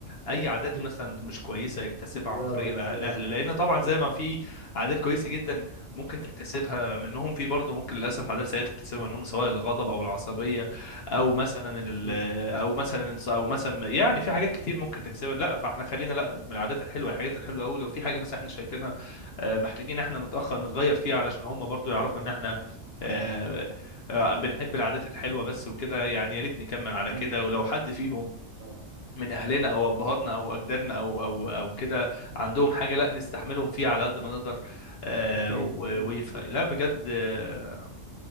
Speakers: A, on the left (about 60°); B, on the right (about 50°).
A: اي عادات
B: مم.
A: مثلا مش كويسه يكتسبها عن
B: يا
A: طريق
B: رب
A: الأه-
B: يا
A: الاهل
B: رب
A: لان طبعا زي ما في عادات كويسه جدا ممكن تكتسبها منهم في برضه ممكن للاسف عادات سيئه تكتسبها منهم سواء الغضب او العصبيه او مثلا ال-
B: مم.
A: او مثلا او مثلا يعني في حاجات كتير ممكن تكتسبها لا فاحنا خلينا لا من العادات الحلوه الحاجات الحلوه قوي لو في حاجه مثلا احنا شايفينها آه، محتاجين احنا نتأخر نتغير فيه علشان هم برضو يعرفوا ان احنا آه، آه، بنحب العادات الحلوة بس وكده يعني يا ريت نكمل على
B: مم.
A: كده ولو حد فيهم
B: اه
A: من اهلنا او ابهاتنا او اجدادنا او او او كده عندهم حاجة لا
B: مم.
A: نستحملهم فيها على قد ما نقدر آه،
B: اكيد
A: و-
B: اكيد
A: ويفهم لا بجد آه،